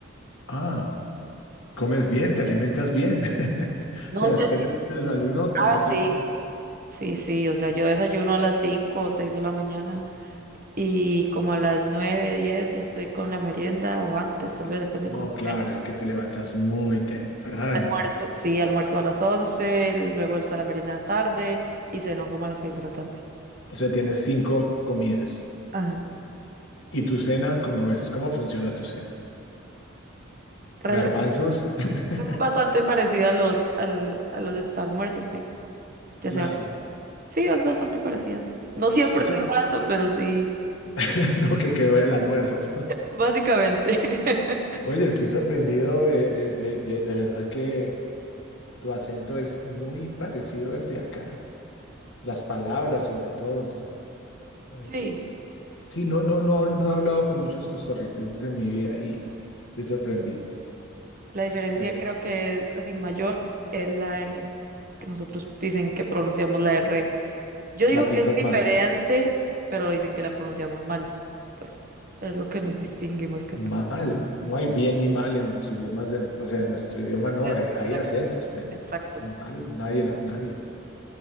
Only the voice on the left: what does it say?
Ah, comes bien, te alimentas bien. <laughs> O
sea,
después
del
desayuno
te mandas
una...
No,
claro,
es que te levantas muy temprano.
O sea, tienes cinco comidas.
¿Y tu cena cómo es? ¿Cómo funciona tu cena?
¿Garbanzos? <laughs>
Claro.
Estoy sor-
<laughs> lo que quedó el almuerzo.
Oye, estoy sorprendido eh, eh, de, de- de verdad que tu acento es muy parecido al de acá. Las palabras, sobre todo. O sea, eh,
sí, no, no, no, no he hablado con muchos costarricenses en mi vida y estoy sorprendido.
Pues,
la
pisas
más
mal.
No hay bien ni mal en los idiomas de nosotros. O sea, en nuestro idioma no,
hay,
hay acentos, pero
mal, nadie, la- nadie.